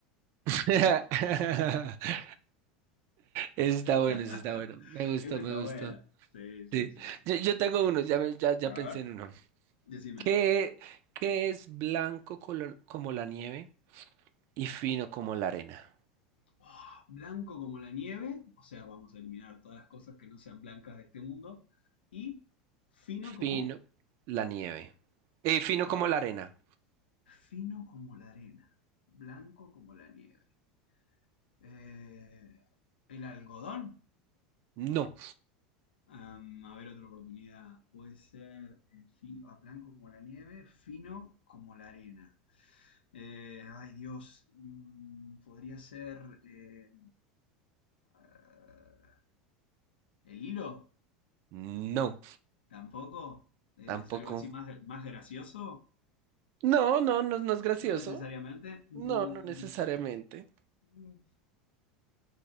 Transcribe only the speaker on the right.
<laughs> Eso está bueno,
eso está bueno. Me gustó,
me
gustó.
Sí.
Yo, yo tengo uno, ya, me- ya, ya
pensé
en uno.
¿Qué, qué es blanco colo- como la nieve y fino como la arena?
Fino la nieve. Eh,
fino
como la arena.
No,
no,
tampoco.
No, no, no, no es gracioso.
No, no necesariamente.